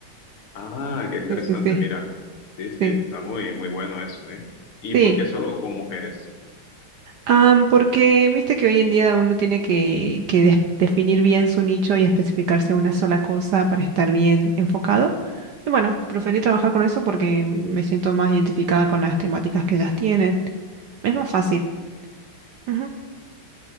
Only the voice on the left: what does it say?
Ah, qué interesante,
mira. Sí, sí,
está muy, muy bueno eso, ¿eh? ¿Y
por qué solo con mujeres?